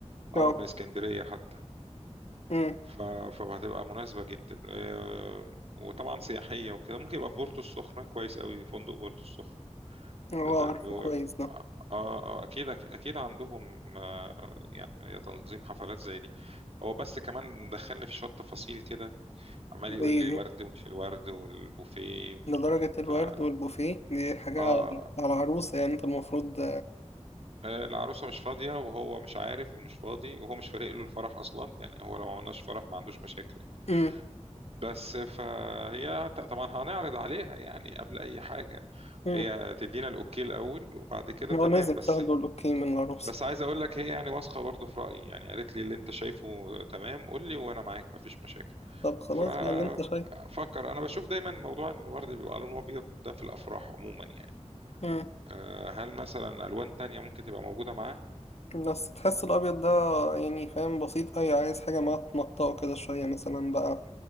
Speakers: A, on the right; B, on the left.
A: اقرب
B: اه
A: من اسكندريه حتى
B: امم
A: ف... فهتبقى مناسبه جدا آه، وطبعا سياحيه وكده ممكن يبقى في بورتو السخنه كويس قوي فندق بورتو السخنه
B: اه
A: ده-
B: عارفه
A: و-
B: كويس ده
A: اه آه، اكيد اكيد عندهم آه، يعني تنظيم حفلات زي دي هو بس كمان دخلني في شويه تفاصيل كده عمال يقول
B: زي
A: لي
B: ايه
A: الورد ومش الورد والبوفيه
B: لدرجة الورد
A: فا
B: والبوفيه دي حاجة
A: اه
B: على العروسة يعني انت المفروض
A: آه، العروسة مش فاضية وهو مش عارف ومش فاضي وهو مش فارق له الفرح أصلا يعني هو لو ما عملناش فرح ما عندوش مشاكل
B: امم
A: بس فهي ت- طبعا هنعرض عليها يعني قبل أي حاجة
B: امم
A: هي تدينا الأوكي الأول وبعد كده
B: هو
A: تمام
B: لازم تاخدوا
A: بس
B: الأوكي من العروسة
A: بس عايز أقول لك هي يعني واثقة برضه في رأيي يعني قالت لي اللي أنت شايفه تمام قول لي وأنا معاك مفيش مشاكل
B: طب خلاص
A: ففكر
B: بقى اللي انت شايفه
A: أنا بشوف دايما موضوع إن الورد بيبقى لونه أبيض ده في الأفراح عموما يعني
B: مم.
A: آه، هل مثلا ألوان تانية ممكن تبقى موجودة معاه؟
B: بس تحس الابيض ده يعني فاهم بسيط اوي عايز حاجه ما تنطقه كده شويه مثلا بقى